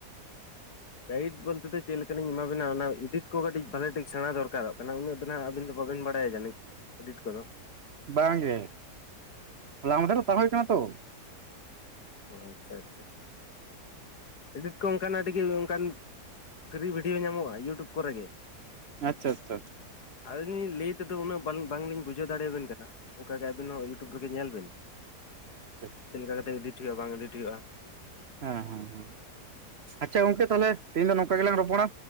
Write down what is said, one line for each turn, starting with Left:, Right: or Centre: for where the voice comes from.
Right: <unintelligible>
Left: ᱜᱟᱭᱤᱰ ᱵᱚᱞᱛᱮ ᱪᱮᱫ ᱞᱮᱠᱟᱱᱤᱧ ᱮᱢᱟᱵᱤᱱᱟ ᱚᱱᱟ ᱮᱰᱤᱴ ᱠᱚ ᱠᱟᱹᱴᱤᱡ ᱵᱷᱟᱜᱮ ᱴᱷᱤᱠ ᱥᱮᱬᱟ ᱫᱚᱨᱠᱟᱨᱚᱜ ᱠᱟᱱᱟ ᱩᱱᱟᱹᱜ ᱟᱵᱤᱱ ᱫᱚ ᱵᱟᱹᱵᱤᱱ ᱵᱟᱰᱟᱭᱟ ᱡᱟᱹᱱᱤᱡ ᱮᱰᱤᱴ ᱠᱚ
Right: ᱵᱟᱝ ᱜᱮ ᱦᱚᱞᱟ ᱢᱟᱫᱷᱮᱨ ᱦᱟᱛᱟᱣ ᱦᱳᱭ ᱠᱟᱱᱟ ᱛᱚ
Left: ᱳ ᱟᱪᱪᱷᱟ ᱟᱪᱪᱷᱟ ᱮᱰᱤᱴ ᱠᱚ ᱚᱱᱠᱟᱱᱟᱜ ᱟᱹᱰᱤᱜᱮ ᱚᱱᱠᱟᱱ ᱯᱷᱤᱨᱤ ᱵᱷᱤᱰᱤᱭᱳ ᱧᱟᱢᱚᱜᱼᱟ ᱤᱭᱩᱴᱩᱵ ᱠᱚᱨᱮ ᱜᱮ᱾
Right: ᱟᱪᱪᱷᱟ ᱟᱪᱪᱷᱟ
Left: ᱟᱞᱤᱧ ᱞᱟᱹᱭ ᱛᱮᱫᱚ ᱩᱱᱟᱹᱜ ᱵᱟᱝ ᱵᱟᱝᱞᱤᱧ ᱵᱩᱡᱷᱟᱹᱣ ᱫᱟᱲᱮᱭᱟ ᱵᱮᱱ ᱠᱟᱱᱟ᱾ ᱚᱱᱠᱟᱜᱮ ᱟᱵᱤᱱ ᱦᱚᱸ ᱤᱭᱩᱴᱩᱵ ᱨᱮᱜᱮ ᱧᱮᱞ ᱵᱤᱱ
Right: ᱟᱪᱪᱷᱟ
Left: ᱪᱮᱜ ᱞᱮᱠᱟ ᱠᱟᱛᱮᱜ ᱤᱰᱤᱴ ᱦᱩᱭᱩᱜᱼᱟ ᱵᱟᱝ ᱤᱰᱤᱴ ᱦᱩᱭᱩᱜᱼᱟ᱾
Right: ᱦᱚᱸ ᱦᱚᱸ ᱦᱚᱸ ᱟᱪᱪᱷᱟ ᱜᱚᱝᱠᱮ ᱛᱟᱦᱚᱞᱮ ᱛᱮᱦᱮᱧ ᱫᱚ ᱱᱚᱝᱠᱟ ᱜᱮᱞᱟᱝ ᱨᱚᱯᱚᱲᱟ᱾